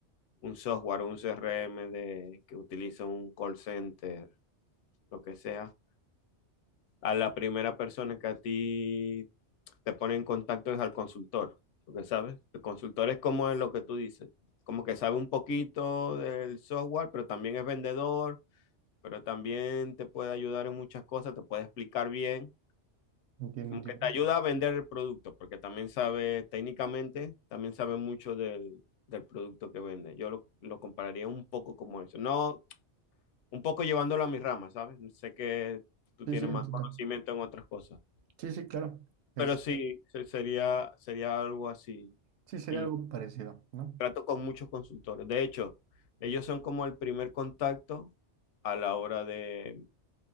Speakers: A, on the left; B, on the right.
A: un software, un CRM de, que utiliza un call center, lo que sea. a la primera persona que a ti te pone en contacto es al consultor, porque sabes, el consultor es como es lo que tú dices, como que sabe un poquito del software, pero también es vendedor, pero también te puede ayudar en muchas cosas, te puede explicar bien,
B: entiendo,
A: como
B: entiendo.
A: que te ayuda a vender el producto, porque también sabe técnicamente, también sabe mucho del, del producto que vende. Yo lo, lo compararía un poco como eso, no un poco llevándolo a mis ramas, ¿sabes? Sé que tú
B: Sí,
A: tienes
B: sí, entiendo.
A: más conocimiento en otras cosas.
B: Sí, sí, claro. Es,
A: Pero sí, se- sería, sería algo así.
B: sí, sería
A: Y
B: algo parecido, ¿no?
A: trato con muchos consultores. De hecho, ellos son como el primer contacto a la hora de,